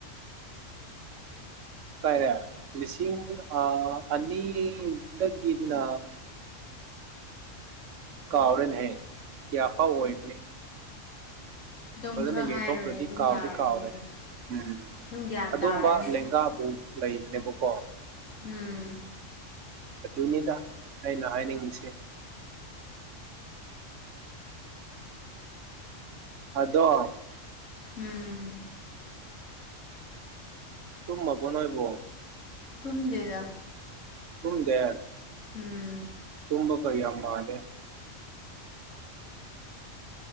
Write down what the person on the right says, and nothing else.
ꯀꯥꯏꯔꯦ ꯂꯤꯁꯤꯡ ꯑꯥ ꯑꯅꯤꯗ ꯒꯤꯅ ꯀꯥꯎꯔꯦꯅꯦ ꯍꯦ ꯀꯌꯥꯐꯥꯎ ꯑꯣꯢꯕꯅꯦ
ꯑꯗꯨꯅ
ꯌꯦꯡꯊꯣꯛꯇꯔꯗꯤ
ꯀꯥꯎꯗꯤ
ꯀꯥꯎꯔꯦ ꯎꯝ
ꯑꯗꯨꯝꯕ
ꯂꯦꯡꯒꯥꯕꯨ ꯂꯩꯕꯅꯦꯕꯀꯣ
ꯑꯗꯨꯅꯤꯗ ꯑꯩꯅ ꯍꯥꯏꯅꯤꯡꯉꯤꯁꯦ ꯑꯗꯣ
ꯇꯨꯝꯃꯕ ꯅꯣꯏꯕꯣ
ꯇꯨꯝꯗꯦ
ꯇꯨꯝꯕ ꯀꯩ ꯌꯥꯝ ꯃꯥꯜꯂꯦ